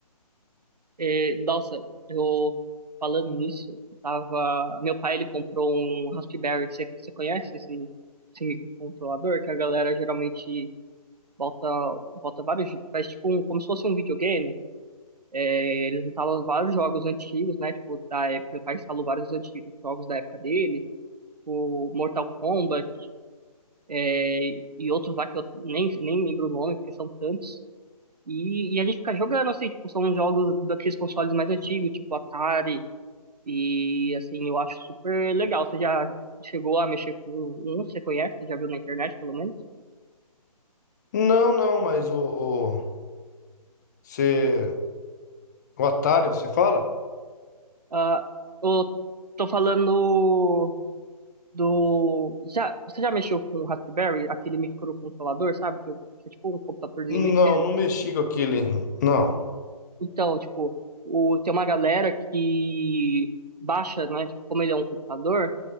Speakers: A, on the right (about 85°); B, on the left (about 30°).
A: É, nossa, eu falando nisso, eu tava. Meu pai ele comprou um Raspberry. Você você conhece esse, esse microcontrolador? Que a galera geralmente bota, bota vários. Faz tipo um, como se fosse um videogame. É, Eles instalam vários jogos antigos, né? Tipo, da época, meu pai instalou vários antigos, jogos da época dele, o Mortal Kombat é, e outros lá que eu nem, nem lembro o nome, porque são tantos. E, e a gente fica jogando, assim, tipo, são jogos daqueles consoles mais antigos, tipo Atari. E assim, eu acho super legal. Você já chegou a mexer com um? Você conhece? Você já viu na internet, pelo menos?
B: Não, não, mas o, o, você, o Atari, você fala?
A: Ah, eu tô falando do. Já, você já mexeu com o Raspberry, aquele microcontrolador, sabe? Que, que é tipo um computadorzinho
B: Não,
A: bem pequeno.
B: não mexi com aquele, não.
A: Então, tipo, o, tem uma galera que baixa, né? Tipo, como ele é um computador,